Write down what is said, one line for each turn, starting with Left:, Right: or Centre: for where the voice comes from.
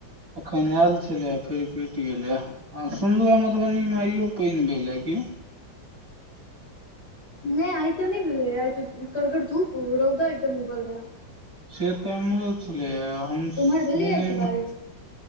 Right: अखन आयल छलैए फेर कैट गेलै आ सुनलु ह मधुबनी मे आइयो पैन भेलै हे कि
Left: नहि आइ तऽ नहि भेलै रहै आइ त कड़गड़ धूप रौदा एकदम उगल रहै
Right: से तऽ हमरोै छ्लो हम सुनेमे
Left: उम्हर भेलैए कि बारिश